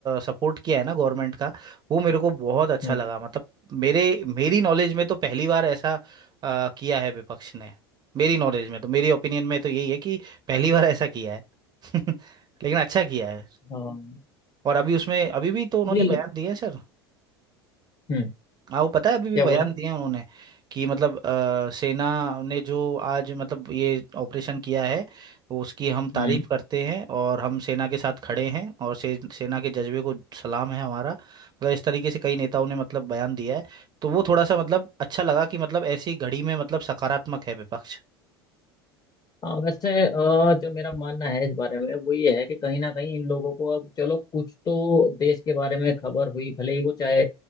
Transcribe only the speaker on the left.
हम्म,
हाँ
जी
हम्म
क्या
बोला
हम्म
हाँ वैसे अ, जो मेरा मानना है इस बारे में वो ये है कि कहीं ना कहीं इन लोगों को अब चलो कुछ तो देश के बारे में खबर हुई भले ही वो चाहे